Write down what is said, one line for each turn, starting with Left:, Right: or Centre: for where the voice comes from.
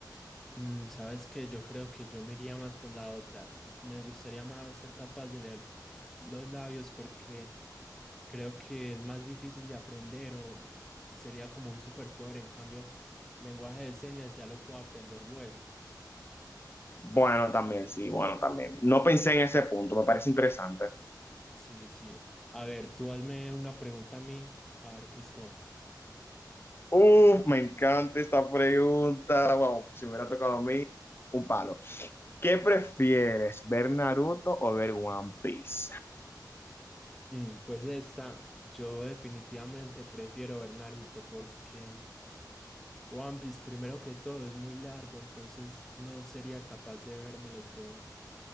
Centre: Mm, sabes que yo creo que yo me iría más por la otra. Yo- me gustaría más ser capaz de leer co- los labios porque creo que es más difícil de aprender o mm, sería como un superpoder. En cambio, lenguaje de señas ya lo puedo aprender luego.
Left: Bueno, también, sí, bueno, también. No pensé en ese punto, me parece interesante.
Centre: Sí, sí. A ver, tú hazme una pregunta a mí, a ver qué escojo.
Left: Uf, me encanta esta pregunta. Wow, si me hubiera tocado a mí, un palo. ¿Qué prefieres, ver Naruto o ver One Piece?
Centre: Mm, pues esta, yo definitivamente prefiero ver Naruto porque One Piece, primero que todo, es muy largo, entonces no sería capaz de vérmelo todo.